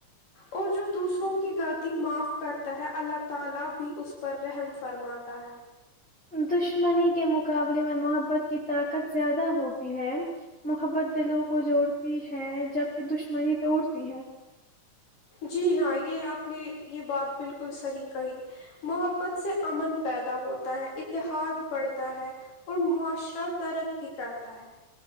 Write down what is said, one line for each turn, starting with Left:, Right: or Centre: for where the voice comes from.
Left: اور جو دوسروں کی غلطی معاف کرتا ہے اللہ تعالی بھی اس پر رحم فرماتا ہے
Centre: دشمنی کے مقابلے میں محبت کی طاقت زیادہ ہوتی ہے محبت دلوں کو جوڑتی ہے جبکہ دشمنی توڑتی ہے
Left: جی ہاں یہ اپ نے یہ بات بالکل صحیح کہی محبت سے امن پیدا ہوتا ہے اتحاد پڑھتا ہے اور معاشرہ ترقی کرتا ہے